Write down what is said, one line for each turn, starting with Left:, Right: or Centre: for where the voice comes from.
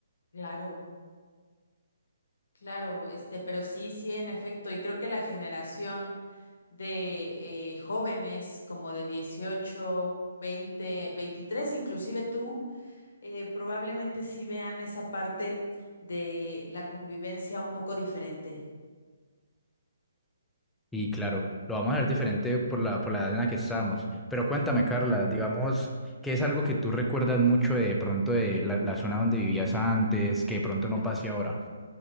Left: claro, claro, este, pero sí, sí, en efecto, y creo que la generación de eh, jóvenes como de 18, 20, 23, inclusive tú, eh, probablemente sí vean esa parte de la convivencia un poco diferente.
Centre: Y claro, lo vamos a ver diferente por la, por la edad en la que estamos. Pero cuéntame, Carla, digamos, ¿qué es algo que tú recuerdas mucho de pronto de la, la zona donde vivías antes, que de pronto no pase ahora?